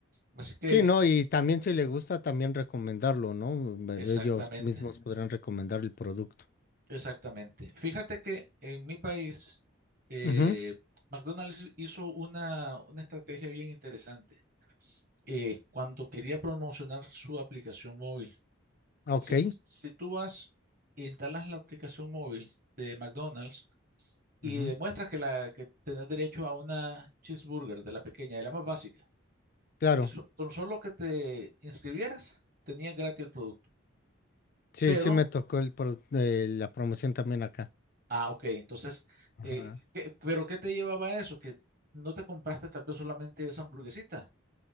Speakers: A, on the right; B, on the left.
A: Así que,
B: Sí, no, y también si le gusta, también recomendarlo, ¿no? Me-
A: exactamente,
B: Ellos mismos podrán recomendar el producto.
A: exactamente. Fíjate que en mi país, eh,
B: Ujú,
A: McDonald's hizo una, una estrategia bien interesante. eh, cuando quería promocionar su aplicación móvil,
B: Ok.
A: Si, si tú vas e instalas la aplicación móvil de McDonald's y
B: ujú,
A: demuestras que, la, que tenés derecho a una cheeseburger de la pequeña, de la más básica,
B: Claro.
A: y so- con solo que te inscribieras, tenías gratis el producto.
B: Sí,
A: Pero,
B: sí me tocó el pro- eh, la promoción también acá.
A: ah, ok, entonces,
B: Ajá.
A: eh, ¿qué- pero ¿qué te llevaba a eso? Que no te compraste tal vez solamente esa hamburguesita,